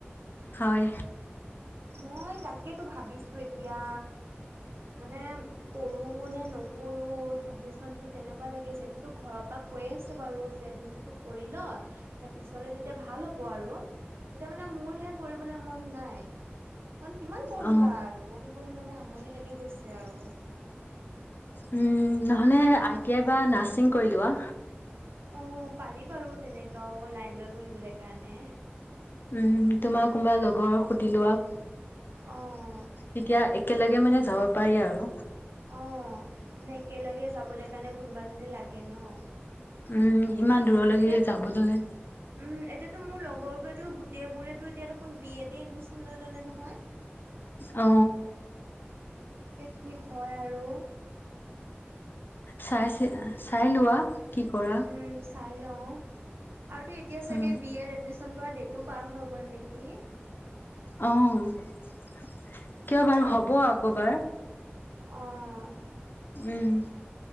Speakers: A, on the left; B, on the right.
A: হয়।
B: মই তাকেতো ভাবিছো এতিয়া মানে কৰোঁ নে নকৰোঁ এডমিশ্যন টো তেনেকুৱা লাগি আছে। এতিয়াতো ঘৰৰ পৰা কৈয়ে আছে বাৰু, যে এডমিশ্যনটো কৰি ল মানে পিছলে তেতিয়া ভাল হ'ব আৰু এতিয়া মানে মোৰহে কৰিবলে মন নাই। কাৰণ কিমান পঢ়িবা
A: অ
B: আৰু পঢ়ি-পঢ়ি মানে আমনি লাগি গৈছে আৰু।
A: উম, নহ'লে আই টি আই বা নাৰছিং কৰি লোৱা।
B: অ', পাৰি বাৰু তেনেকেও লাইন লৈ পঢ়িবলৈ কাৰণে।
A: উম, তোমাৰ কোনোবা লগৰক সুধি লোৱা।
B: অ'।
A: তেতিয়া একেলগে মানে যাব পাৰি আৰু।
B: অ', মানে একেলগে যাবলৈ কাৰণে কোনোবা এজনী লাগে ন।
A: উম, ইমান দূৰলৈকে
B: এতিয়াতো
A: যাবলৈ
B: উম, এতিয়াতো মোৰ লগৰবোৰেতো গোটেইবোৰেতো এতিয়া দেখোন বি এতে এডমিশ্যন লৈ ল'লে নহয়।
A: অ
B: এতিয়া কি হয় আৰু
A: চাই চে চাই লোৱা কি কৰা
B: উম চাই লওঁ আৰু এতিয়া চাগে
A: অ',
B: বি এ এডমিচন কৰা ডেটো পাৰ হৈ গল নেকি?
A: অ কিয়
B: উম
A: বাৰু হ'ব আকৌবাৰ
B: অঁ
A: উম